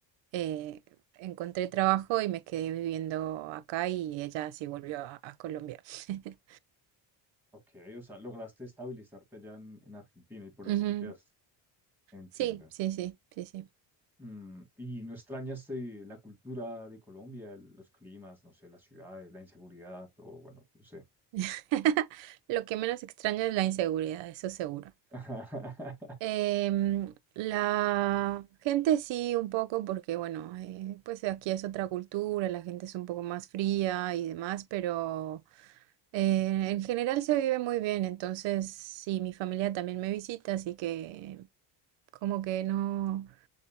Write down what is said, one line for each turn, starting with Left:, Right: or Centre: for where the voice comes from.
Right: eh, encontré trabajo y me quedé viviendo acá y ella sí volvió a, a Colombia. <laughs>
Centre: Ok, o sea, lograste estabilizarte allá en, en Argentina y por eso
Right: Ujú.
Centre: te quedaste. Entiendo.
Right: Sí, sí, sí, sí, sí.
Centre: Mm, ¿y no extrañaste la cultura de Colombia, el- los climas, no sé, las ciudades, la inseguridad o bueno, no sé?
Right: <laughs> Lo que menos extraño es la inseguridad, eso seguro.
Centre: <laughs>
Right: Em, la gente sí, un poco, porque bueno, eh, pues aquí es otra cultura, la gente es un poco más fría y demás, pero eh, en general se vive muy bien, entonces sí, mi familia también me visita, así que como que no,